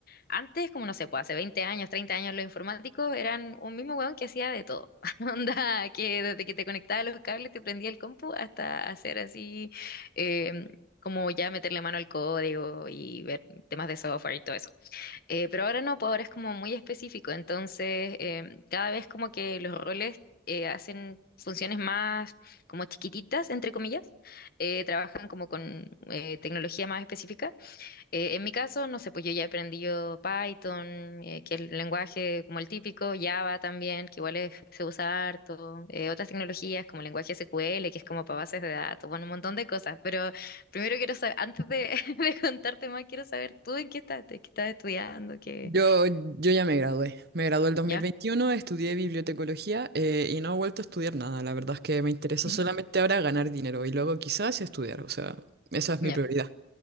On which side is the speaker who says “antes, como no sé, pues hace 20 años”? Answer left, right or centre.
Left